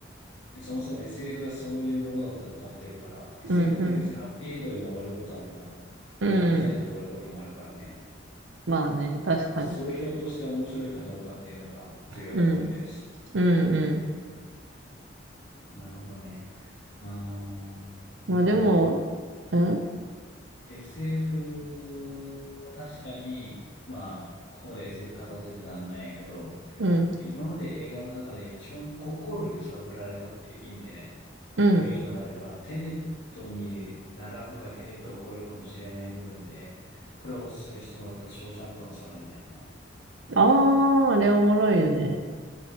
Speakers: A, on the left (about 75°); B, on the right (about 85°).
A: でそもそも SF がそういうものだって分かってるから、SF
B: うん、
A: って別にハッピーエンドでも終わることあれば、
B: うん。うん
A: ね、バッドエンドで終わることもあるからね、
B: まあね。確かに。
A: 総評として面白いかどうかっていうのが重要なポイントやし。
B: うん。うん、うん。
A: なるほどね。うーん。
B: まあでも、
A: でも、
B: うん
A: SF も確かに、まあ、ここまで SF 語ってってなんないんやけど、
B: うん。
A: 今まで映画の中で一番心揺さぶられたっていう意味でね、
B: うん。
A: いうのであれば、テネットに並ぶかテネットを超えるかもしれない部分で、これをお勧めしてもらったショーシャンクの空にないな。
B: ああ、あれおもろいよね。